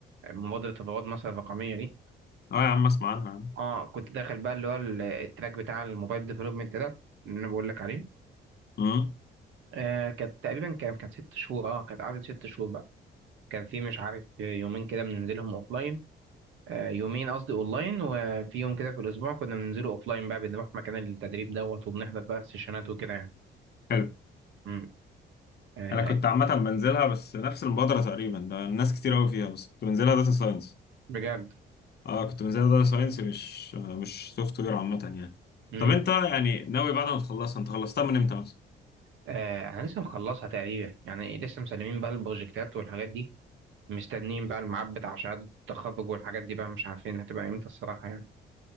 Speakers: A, on the right; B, on the left.
A: مبادرة رواد مصر الرقمية دي
B: اه يا عم اسمع عنها يا عم
A: اه كنت داخل بقى اللي هو ال- التراك بتاع الموبايل ديفلوبمنت ده اللي انا بقول لك عليه
B: امم
A: آه كانت تقريبا كان كانت ست شهور اه كانت قعدت ست شهور بقى كان في مش عارف يومين كده بننزلهم اوفلاين آه يومين قصدي اونلاين وفي يوم كده في الاسبوع كنا بننزله اوفلاين بقى بنروح مكان التدريب دوت وبنحضر بقى سيشنات وكده يعني
B: حلو
A: امم آه
B: انا كنت عامه بنزلها بس نفس المبادره تقريبا ده الناس كتير قوي فيها بس كنت بنزلها داتا ساينس
A: بجد
B: اه كنت بنزلها داتا ساينس مش آه، مش سوفت وير عامه يعني
A: امم
B: طب انت يعني ناوي بعد ما تخلصها انت خلصتها من امتى مثلا
A: آه انا لسه مخلصها تقريبا يعني لسه مسلمين بقى البروجكتات والحاجات دي مستنيين بقى الميعاد بتاع شهادة التخرج والحاجات دي بقى مش عارفين هتبقى امتى الصراحة يعني.